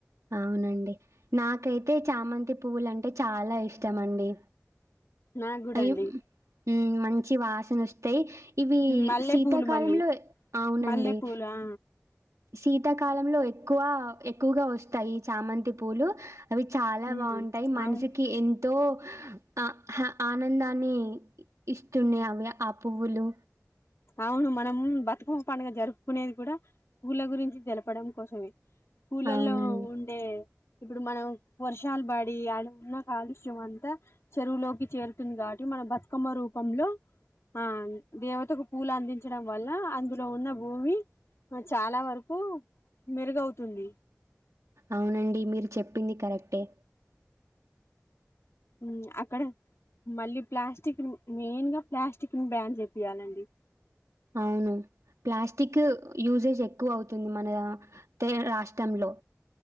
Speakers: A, on the right; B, on the left.
A: అవునండి నాకై. అయితే చామంతి పువ్వులు అంటే చాలా ఇష్టమండి.
B: నాకు కూడా
A: అయ్యో
B: అండి
A: ఉమ్ మంచి వాసను ఓస్. తేయి ఇవి
B: మల్లె
A: శీతాకాలంలో
B: పూలు మళ్ళీ
A: ఎ అవునండి
B: మల్లె పూలు ఆ
A: శీతాకాలంలో ఎక్కువా. ఎక్కువగా వస్తాయి చామంతి పూలు అవి చాలా
B: ఉమ్,
A: బాగుంటాయి మనిషికి
B: అవును
A: ఎంతో. ఆ హ్య ఆనందాన్ని ఇస్తున్యా అవ్య కాక్ పువ్వులు
B: అవును మనం బతుకమ్మ పండుగ జరుపుకునేది కూడా పూల గురించి తెలపడం కోసమే పూలల్లో
A: అవునండి
B: ఉండే ఇప్పుడు మనం వర్షాలు పడి యాడున్న కాలుష్యం అంతా చెరువులోకి చేరుతుంది కాబట్టి మనమ్ బతుకమ్మ రూపంలో ఆ దేవతకు పూలు అందించడం వల్ల అందులో ఉన్న భూమి చాలా వరకు మెరుగవుతుంది.
A: అవునండి మీరు చెప్పింది కరెక్టే
B: ఉ అక్కడ మళ్ళీ ప్లాస్టిక్ మెయిన్ గా ప్లాస్టిక్ ని బ్యాండ్ చేపియాలండి.
A: అవును ప్లాస్టికు లుసే చెయ్ క్కువ అవుతుంది మన తే రాష్ట్రంలో